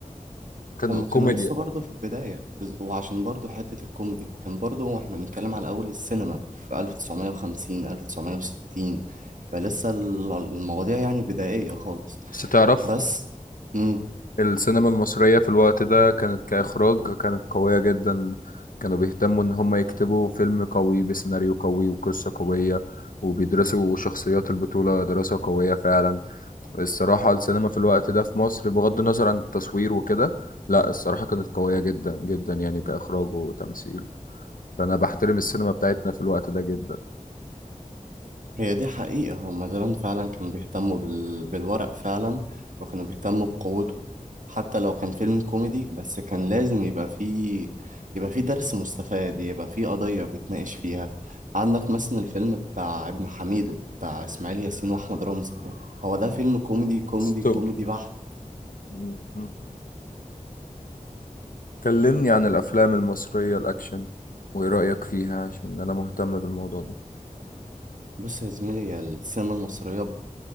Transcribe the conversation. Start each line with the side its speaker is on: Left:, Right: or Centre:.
Left: كانوا
Right: هم كانوا
Left: كوميديا
Right: لسه برضه في البداية بز- وعشان برضه حتة الكوميدي وكان برضه واحنا بنتكلم على أول السينما في 1950 1960 فلسه ال- المواضيع يعني بدائية خالص
Left: بس تعرف
Right: بس مم.
Left: السينما المصرية في الوقت ده كانت كإخراج كانت قوية جدا كانوا بيهتموا إن هم يكتبوا فيلم قوي بسيناريو قوي وقصة قوية وبيدرسوا شخصيات البطولة دراسة قوية فعلا الصراحة السينما في الوقت ده في مصر بغض النظر عن التصوير وكده لا الصراحة كانت قوية جدا جدا يعني كإخراج وتمثيل فأنا بحترم السينما بتاعتنا في الوقت ده جدا
Right: هي دي حقيقة هما زمان فعلا كانوا بيهتموا بال... بالورق فعلا وكانوا بيهتموا بقوته حتى لو كان فيلم كوميدي بس كان لازم يبقى فيه يبقى فيه درس مستفاد يبقى فيه قضية بيتناقش فيها عندك مثلا الفيلم بتاع ابن حميدو بتاع إسماعيل ياسين وأحمد رمزي هو ده فيلم كوميدي كوميدي
Left: ستوب
Right: كوميدي بحت
Left: مم. كلمني عن الأفلام المصرية الأكشن وإيه رأيك فيها عشان أنا مهتم بالموضوع ده
Right: بص يا زميلي هي السينما المصرية ب-